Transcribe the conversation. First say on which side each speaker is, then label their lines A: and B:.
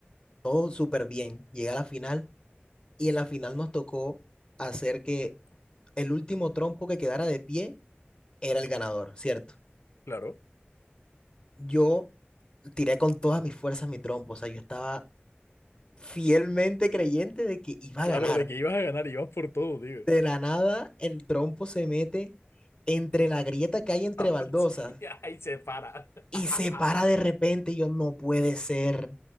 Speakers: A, on the left; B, on the left.
A: Todo súper bien. Llegué a la final y en la final nos tocó hacer que el último trompo que quedara de pie era el ganador, ¿cierto?
B: Claro.
A: Yo tiré con todas mis fuerzas mi trompo, o sea, yo estaba fielmente creyente de que iba
B: Claro,
A: a ganar.
B: de que ibas a ganar, ibas por todo, digo.
A: De la nada, el trompo se mete entre la grieta que hay entre
B: Ah,
A: baldosas
B: pues <laughs> sí, ahí se para.
A: y
B: <laughs>
A: se para de repente y yo, no puede ser,